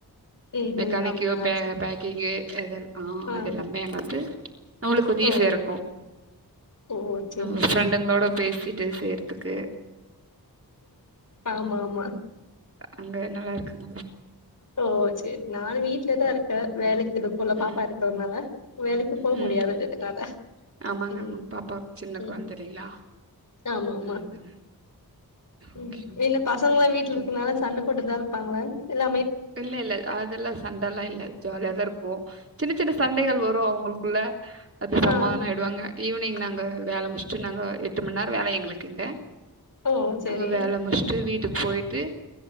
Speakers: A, on the left; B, on the right.
A: ம்
B: மெக்கானிக்கு
A: ம் அப்டியா
B: பே
A: சேரி
B: பேக்கிஙு <unintelligible> ஆஹ்
A: ஆ
B: அது எல்லாமேன வந்து நம்மளுக்கு கொஞ்சம்
A: ஓ
B: ஈஸியாக இருக்கும்
A: ஓ சேரி
B: நம்ம
A: சேரி
B: ஃப்ரெண்டுங்களோட பேசி விட்டு செய்றதுக்கு
A: ஆமா ஆமா
B: அங்க நல்லா இருக்குதுங்க
A: ஓ சரி நானும் வீட்டுலதான் இருக்கேன் வேலைக்கு இது போல பாப்பா
B: ம்
A: இருக்கததுனால வேலக்கு போக
B: ம்
A: முடியாது என்னால
B: ஆமாங்க
A: உம்
B: ஆமாங்க பாப்பா சின்ன
A: உம்
B: கொழந்த இல்லைங்களா
A: ஆமா ஆமா
B: ஆ அதுங்க
A: ம்
B: ஓகே ஓகே
A: என்ன பசங்க லாம் வீட்டுல
B: எங்க-
A: இருக்குனால சண்ட போட்டுதான் இருப்பாங்கள எல்ல
B: இல்ல இல்ல அதெல்லாம் சண்டெலாம் இல்லஜாலி அ தா ஓ சின்ன சின்ன சண்டைகள் வரும் அவங்களுக்குள்ள அது
A: ஆ
B: சமாதானம் ஆய்டுவாங்க ஈவினிங் நாங்க வேல முடிச்ச நாங்கள் எட்டு மணிநேர வேல எங்களுக்குங்க
A: ஓ சேரி
B: நாங்க வேல முச்சிட்டு வீட்டுக்கு போயிட்டு